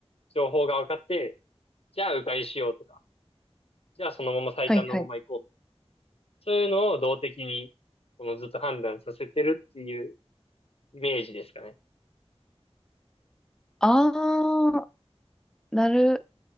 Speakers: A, on the left (about 60°); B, in the centre.
A: 情報が分かって、じゃあ迂回しようとか、じゃあそのまま最短のまま行こう。
B: はいはい。
A: そういうのを動的に、このずっと判断させてるっていうイメージですかね。
B: あー、なる